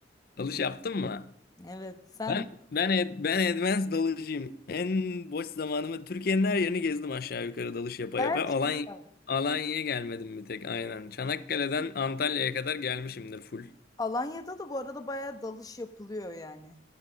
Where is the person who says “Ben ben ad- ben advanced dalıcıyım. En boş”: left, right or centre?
Left